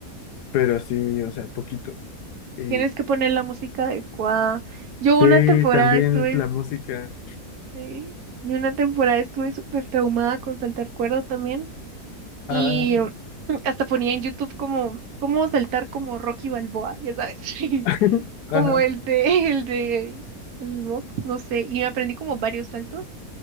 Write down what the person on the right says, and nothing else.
Tienes que poner la música adecuada. Yo
una temporada
estuve,
sí, yo una temporada estuve súper traumada con saltar cuerda también. Y
hasta ponía en YouTube como cómo saltar como Rocky Balboa, ya sabes, <laughs>
como
el de el de el Mox, no sé, y me aprendí como varios saltos.